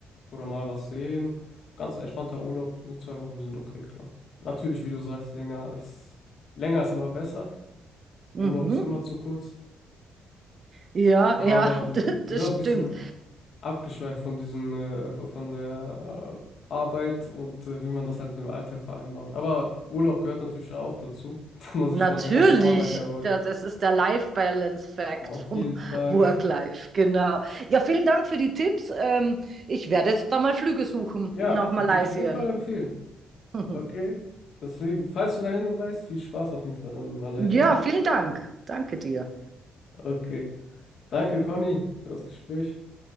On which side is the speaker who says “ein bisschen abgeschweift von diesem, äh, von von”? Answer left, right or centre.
Left